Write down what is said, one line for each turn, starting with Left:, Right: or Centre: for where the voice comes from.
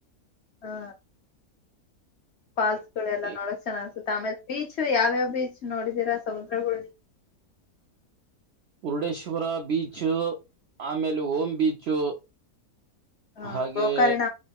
Left: ಹಾ. ಪಾಲ್ಸ್ ಗಳು ಎಲ್ಲ
Right: ಈ
Left: ನೋಡಕ್ ಚೆನ್ನ ತ್ತ ಆಮೇಲೆ ಬೀಚ್ ಯಾವ್ಯಾವ ಬೀಚ್ ನೋಡಿದೀರಾ ಸಮುದ್ರಗಳ್.
Right: ಮುರುಡೇಶ್ವರ ಬೀಚು ಆಮೇಲೆ ಓಂ ಬೀಚು.
Left: ಹಾ
Right: ಹಾಗೆ.
Left: ಗೋಕರ್ಣ